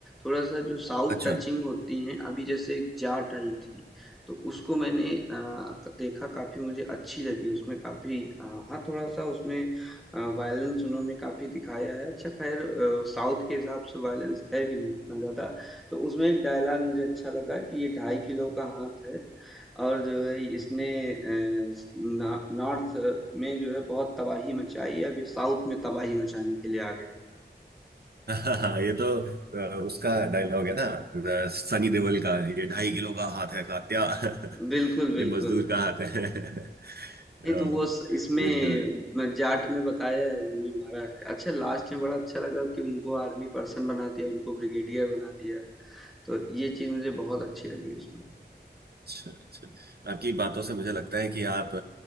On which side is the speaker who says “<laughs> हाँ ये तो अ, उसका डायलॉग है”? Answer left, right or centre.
Right